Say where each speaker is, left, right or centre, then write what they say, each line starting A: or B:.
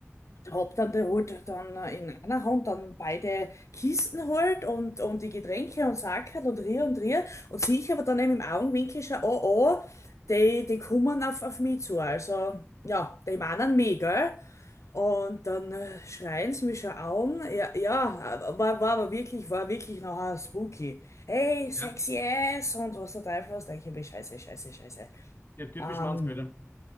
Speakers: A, on the left (about 80°); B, on the left (about 45°).
A: hab dann da halt dann in einer Hand dann beide Kisten halt und, und die Getränke und Sackerl und rier und rier und sehe ich aber dann eben im Augenwinkel schon, oh, oh, die, die kommen auf, auf mich zu, also, ja, die meinen mich, gell? Und dann äh, schreien sie mich schon an, ja, ja, war, war aber wirklich, war wirklich nachher spooky. Hey,
B: Ja,
A: sexy ass und was der Teufel was, denke ich mir, scheiße, scheiße, scheiße.
B: ja, typisch
A: Ähm,
B: Mannsbilder.